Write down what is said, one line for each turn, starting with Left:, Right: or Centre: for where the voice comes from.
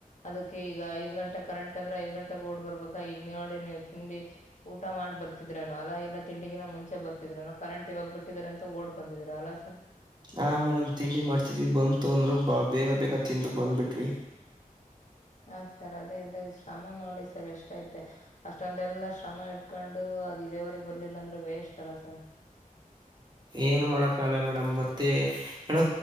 Left: ಅದಕ್ಕ ಈಗ ಐದು ಗಂಟೆ ಕರೆಂಟ್ ಅಂದ್ರ ಐದ ಗಂಟೆಕ ಓಡಿ ಬರ್ಬೇಕಾ ಈಗ ನೋಡಿ ನೀವು ತಿಂಡಿ ಊಟ ಮಾಡ್ ಬರ್ತಿದ್ರೆನು ಅಲ್ಲಾ ಇಲ್ಲಾ ತಿಂಡಿಗಿನ ಮುಂಚೆ ಬರ್ತ ದಿನೊ ಕರೆಂಟ್ ಇವಾಗ ಬಿಟ್ಟಿದ್ದಾರೆ ಅಂತ ಓಡ್ ಬಂದಿದೀರ ಅಲಾ ಸರ್.
Right: ಆ ಮೇಡಮ್ ತಿಂಡಿ ಮಾಡ್ತಿದ್ವಿ ಬಂತು ಅಂದ್ರ ಬ ಬೇಗ ಬೇಗ ತಿಂದು ಬಂದ್ಬಿಟ್ವಿ.
Left: ಹ ಸರ್ ಅದೇ ಅದೇ ಶ್ರಮ ನೋಡಿ ಸರ್ ಎಷ್ಟ ಐತೆ ಅಷ್ಟೊಂದ ಎಲ್ಲ ಷ ಶ್ರಮ ಇಟ್ಕೊಂಡು ಅದ ಇಳಿವರೆ ಬರ್ಲಿಲ್ಲ ಅಂದ್ರ ವೇಸ್ಟ್ ಅಲ್ಲ ಸರ್.
Right: ಏನು ಮಾಡಕಾಗಲ್ಲ ಮೇಡಮ್ ಮತ್ತೆ ಮೇಡ್